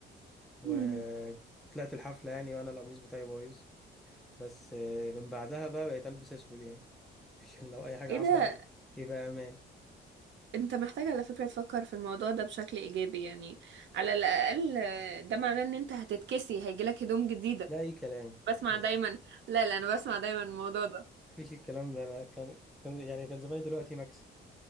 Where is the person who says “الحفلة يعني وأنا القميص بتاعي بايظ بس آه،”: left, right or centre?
Centre